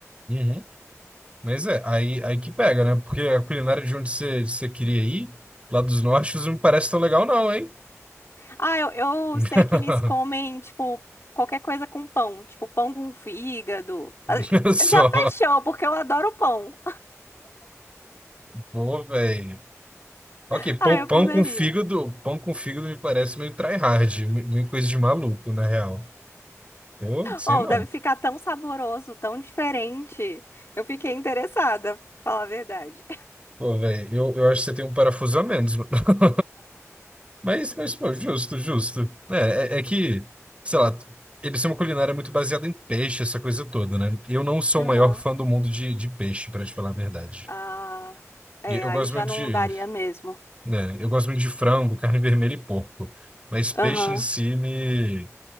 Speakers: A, on the right; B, on the left.
A: Uhum. Mas é, aí, aí que pega, né? Porque a culinária de onde você você queria ir, lá dos nortes, não me parece tão legal, não, hein?
B: Ah, eu, eu
A: <laughs>
B: sei que eles comem, tipo, qualquer coisa com pão. Tipo, pão com fígado. Ah,
A: Olha Só.
B: Já fechou, porque eu adoro pão.
A: Pô, velho. Ok,
B: <laughs>
A: pão,
B: Ah, eu
A: pão
B: comeria.
A: com fígado, pão com fígado me parece meio tryhard, me- meio coisa de maluco, na real. Eu sei
B: Ou
A: não.
B: deve ficar tão saboroso, tão diferente. Eu fiquei interessada, pra falar a verdade.
A: Pô, velho, eu, eu acho que você tem um parafuso a menos. mano. <laughs> Mas, mas pô, justo, justo. É, é, é que, sei lá, eles têm uma culinária muito baseada em peixe, essa coisa toda, né? Eu não sou
B: Aham.
A: o maior fã
B: <laughs>
A: do mundo de, de peixe, pra te falar a verdade.
B: Ah, é,
A: E eu
B: aí
A: gosto
B: já
A: muito
B: não
A: de,
B: daria mesmo.
A: né, eu gosto muito de frango, carne vermelha e porco. Mas peixe
B: Aham.
A: em si me...